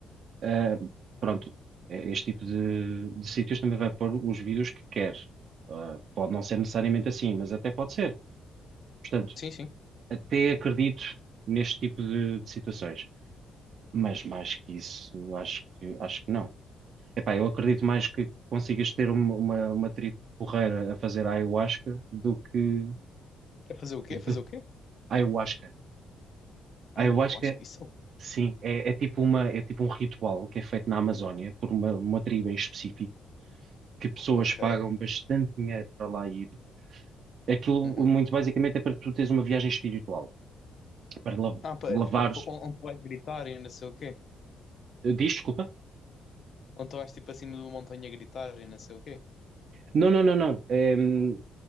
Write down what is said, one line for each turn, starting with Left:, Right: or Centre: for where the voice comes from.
Right: Ah, pronto, eh, este tipo de, de sítios também vai pôr os vídeos que quer. Ah, pode não ser necessariamente assim, mas até pode ser. Portanto,
Left: Sim, sim.
Right: até acredito neste tipo de, de situações. Mas mais que isso, acho que, acho que não. Epá, eu acredito mais que consigas ter uma, uma, uma tribo porreira a fazer ayahuasca do que
Left: É fazer o quê?
Right: de-
Left: Fazer o quê?
Right: ayahuasca. Ayahuasca,
Left: Ah, eu acho que isso. é o-
Right: sim, é, é tipo uma, é tipo um ritual que é feito na Amazónia por uma, uma tribo em específico que pessoas
Left: Ok.
Right: pagam bastante dinheiro para lá ir. Aquilo,
Left: Uhum.
Right: muito basicamente, é para tu teres uma viagem espiritual, para la-
Left: Ah, pa,
Right: lavares.
Left: pa- pa- on- onde tu vais gritar e não sei o quê?
Right: Diz, desculpa?
Left: Onde tu vais tipo acima de uma montanha a gritar e não sei o quê?
Right: Não, não, não, não. É, hum,